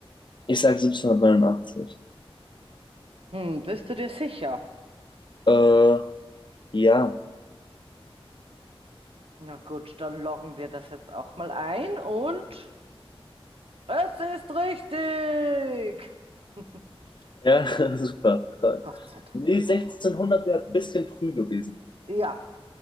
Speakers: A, on the left (about 50°); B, on the right (about 65°).
A: Ich sag 1789.
B: Hm, bist du dir sicher?
A: Äh, ja.
B: Na gut, dann loggen wir das jetzt auch mal ein und es ist richtig! <laughs>
A: Ja, <laughs> super. Toll.
B: Gott sei Dank.
A: Nee, sechzehnhundert wäre ein bisschen früh gewesen.
B: Ja,